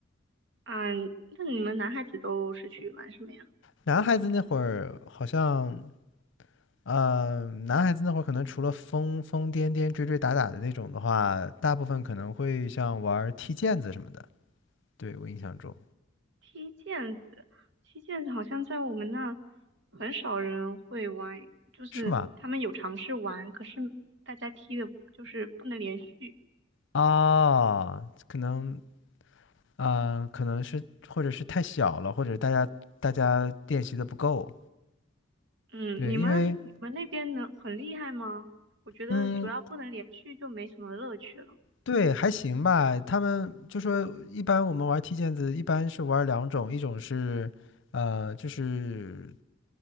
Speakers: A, on the right (about 65°); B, on the left (about 65°).
A: 嗯，那你们男孩子都是去玩什么呀？
B: 男孩子那会儿好像呃，男孩子那会儿可能除了疯疯癫癫、追追打打的那种的话，大部分可能会像玩儿踢毽子什么的。对，我印象中
A: 踢毽子，踢毽子好像在我们那很少人会玩，就是他们有尝试玩，
B: 是吗？
A: 可是大家踢的就是不能连续。
B: 啊，可能啊、呃可能是或者是太小了，或者大家大家练习的不够。
A: 嗯，
B: 对，
A: 你们你们那边能很厉害吗？
B: 因为
A: 我觉得主要不能连续就没什么乐趣了，
B: 嗯，对，还行吧。他们就说，一般我们玩踢毽子，一般是玩两种，一种是呃，就是